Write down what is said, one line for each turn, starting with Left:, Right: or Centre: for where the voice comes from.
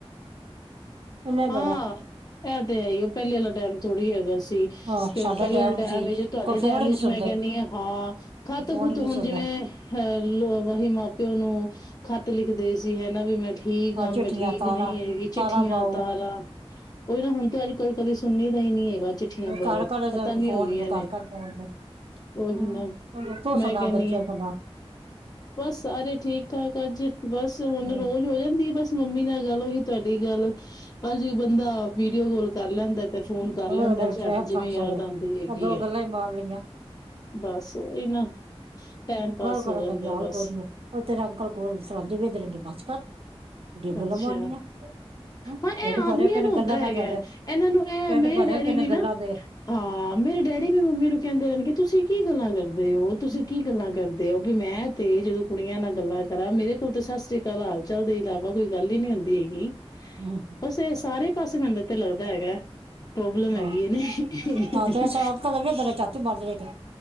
Right: ਇੰਨਾ
Left: ਹਾਂ
Right: ਬੜਾ
Left: ਇਹ ਤੇ ਹੈ ਹੀ ਉਹ ਪਹਿਲੇ ਵਾਲਾ ਟੈਮ ਥੋੜ੍ਹੀ ਹੈਗਾ ਸੀ
Right: ਆਹ
Left: ਪਹਿਲੇ
Right: ਸਾਡਾ ਟਾਈਮ
Left: ਵਾਲਾ ਟੈਮ
Right: ਸੀ
Left: ਵਿੱਚ ਤੁਹਾਡੇ
Right: ਕੋਈ
Left: ਟੈਮ
Right: ਫੋਨ ਹੀ
Left: ਵਿੱਚ
Right: ਨਹੀਂ ਸੁਣਦੇ
Left: ਮੈਂ ਕਹਿੰਦੀ ਹ ਹਾਂ ਖ਼ੱਤ
Right: ਫੋਨ
Left: ਖੁੱਤ
Right: ਹੀ ਨਹੀਂ
Left: ਹੁਣ
Right: ਸੁਣਦੇ
Left: ਜਿਵੇਂ ਅਹ ਲੋ ਵਹੀ ਮਾਂ ਪਿਓ ਨੂੰ ਖ਼ਤ ਲਿਖਦੇ ਸੀ ਹਨਾ ਵੀ ਮੈਂ ਠੀ ਠੀਕ
Right: ਆਹ
Left: ਆਂ ਮੈਂ
Right: ਚਿੱਠੀਆਂ
Left: ਠੀਕ
Right: ਤਾਰਾਂ
Left: ਨਹੀਂ ਹੈਗੀ ਚਿੱਠੀਆਂ
Right: ਤਾਰਾਂ ਪਾਓ
Left: ਤਾਰਾਂ ਉਹੀ ਨਾ ਹੁਣ ਤੇ ਅੱਜ ਕੱਲ ਕਦੇ ਸੁਣਨੀ ਦਾ ਹੀ ਨਹੀਂ ਹੈਗਾ ਚਿੱਠੀਆਂ ਬਾਰੇ
Right: ਘਰ ਘਰ
Left: ਖਤਮ ਹੀ
Right: ਫੋਨ
Left: ਹੋ ਗਈਆਂ
Right: ਘਰ
Left: ਨੇ
Right: ਘਰ ਫੋਨ
Left: ਉਹੀ
Right: ਹਮ
Left: ਨਾ
Right: ਚਲੋ ਤੂੰ ਸੁਣਾ
Left: ਮੈਂ ਕਹਦੀ
Right: ਬੱਚੇ
Left: ਆ
Right: ਸੁਣਾ
Left: ਬਸ ਸਾਰੇ ਠੀਕ ਠਾਕ ਅੱਜ ਬਸ ਹੁਣ
Right: ਹਮ
Left: ਰੋਜ਼ ਹੋ ਜਾਂਦੀ ਆ ਬਸ ਮੰਮੀ ਨਾਲ ਗੱਲ ਉਹੀ ਤੁਹਾਡੀ ਗੱਲ ਅਜੀ ਬੰਦਾ ਵੀਡੀਓ ਕਲ ਕਰ ਲੈਂਦਾ ਤੇ ਫੋਨ ਕਰ
Right: ਉਹ
Left: ਲੈਂਦਾ ਝੱਟ
Right: ਟਾਈਮ
Left: ਜਿਵੇਂ
Right: ਪਾਸ
Left: ਯਾਦ
Right: ਹੋਇਆ
Left: ਆਉਂਦੀ ਹੈਗੀ
Right: ਇਹ ਦੋ ਗੱਲਾਂ ਹੀ ਮਾਰ ਲਈਆਂ
Left: ਬਸ ਉਹੀ ਨਾ ਟੈਮ ਪਾਸ
Right: ਗੱਲ ਕਰਨ
Left: ਹੋ ਜਾਂਦਾ
Right: ਦਾ ਵਿਆਹ
Left: ਬਸ
Right: ਕੋਈ ਨੀ ਉਹ ਤੇਰੇ ਅੰਕਲ ਕੋਲ ਸਲਾਉਂਦੇ ਵੀ ਰਗੇ ਬਸ ਕਰ ਕਿੱਡੀਆਂ ਗੱਲਾਂ
Left: ਅੱਛਾ
Right: ਮਾਰਨੀਆਂ ਕਿਹੜੇ
Left: ਹਾਂ ਇਹ
Right: ਮਾਰੇਿਆ
Left: ਆਦਮੀਆਂ
Right: ਪੈਣੇ
Left: ਨੂੰ ਹੁੰਦਾ
Right: ਗੱਲਾਂ ਨਾਲ
Left: ਹੈਗਾ
Right: ਤੁਹਾਡੇ
Left: ਇਹਨਾਂ ਨੂੰ
Right: ਢਿੱਡ
Left: ਮੇਰੇ
Right: ਭਰੇ
Left: ਡੈਡੀ
Right: ਪਏ ਨੇ
Left: ਵੀ ਨਾ
Right: ਗੱਲਾਂ ਦੇ
Left: ਹਾਂ ਮੇਰੇ ਡੈਡੀ ਵੀ ਮੰਮੀ ਨੂੰ ਕਹਿੰਦੇ ਰਹਿਣਗੇ ਤੁਸੀਂ ਕੀ ਗੱਲਾਂ ਕਰਦੇ ਹੋ ਤੁਸੀਂ ਕੀ ਗੱਲਾਂ ਕਰਦੇ ਹੋ ਵੀ ਮੈਂ ਤੇ ਜਦੋਂ ਕੁੜੀਆਂ ਨਾਲ ਗੱਲਾਂ ਕਰਾਂ ਮੇਰੇ ਕੋਲ ਤੇ ਸਤਿ ਸ੍ਰੀ ਅਕਾਲ ਹਾਲ ਚਾਲ ਦੇ ਇਲਾਵਾ ਕੋਈ ਗੱਲ ਹੀ ਨੀ ਹੁੰਦੀ ਹੈਗੀ
Right: ਹਮ,
Left: ਵੇਸੇ ਸਾਰੇ ਪਾਸੇ ਮੈਨੂੰ ਤੇ ਲੱਗਦਾ ਹੈਗਾ ਪ੍ਰੋਬਲਮ
Right: ਆਹੋਾਂ
Left: ਹੈਗੀ ਹੈ ਨੇ
Right: ਤੇ ਕ ਵੀਦ ਚਾਚੀ ਮਰਦੇ ਰਹੇ ਕੇ